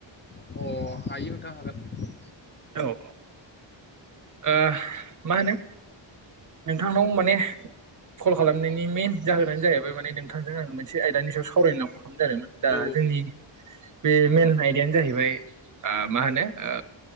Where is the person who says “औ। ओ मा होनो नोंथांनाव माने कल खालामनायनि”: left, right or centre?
Right